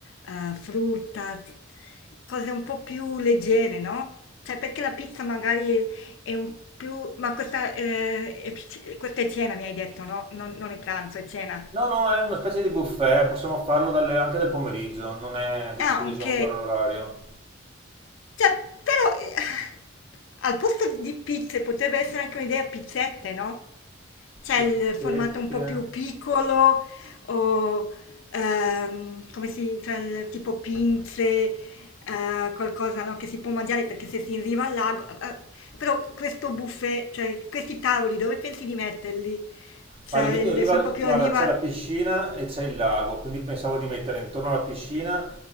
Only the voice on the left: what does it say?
eh, frutta, cose un po' più leggere, no? Cioè, perché la pizza magari è un più... Ma questa, eh, è, pic- questa è cena, mi hai detto, no? Non, non è pranzo, è cena.
Ah, ok.
Cioè, però, eh, al posto di pizze potrebbe essere anche un'idea pizzette, no? Cioè,
il formato un po' più piccolo o, ehm, come si dice, il tipo pinze, eh, qualcosa, no, che si può mangiare perché se si arriva al lago... eh, però questo buffet, cioè, questi tavoli, dove pensi di metterli? Cioè,
il-
sono proprio
a riva...